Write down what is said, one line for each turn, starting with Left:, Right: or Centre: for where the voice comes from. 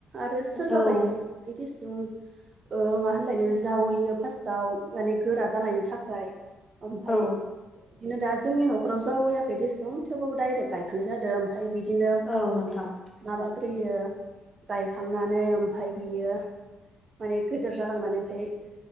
Right: आरो सोरबा
Left: औ
Right: बायदिया बायदिस <unintelligible> ओ मा होनलायनो जावैयो फास्टाव माने गोरा जानायनि थाखाय ओमफाय
Left: औ
Right: दिनो दा जोंनि न'खराव जावैयाखै देसुं थेवबाबो डायरेक्ट गायखानाय जादो। फाय बिदिनो
Left: औ नोंथां
Right: माबाग्रोयो गायखांनानै ओमफाय बियो माने गोदोर जालांनानै ओमफाय